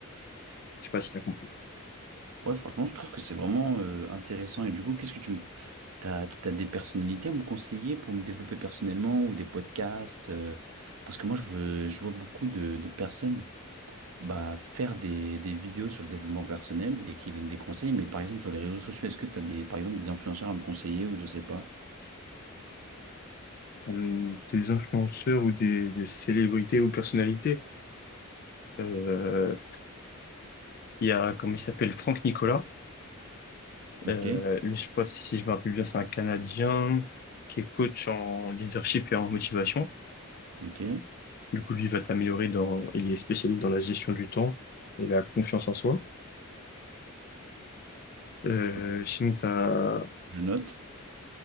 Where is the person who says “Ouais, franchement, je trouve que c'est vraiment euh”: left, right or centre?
Right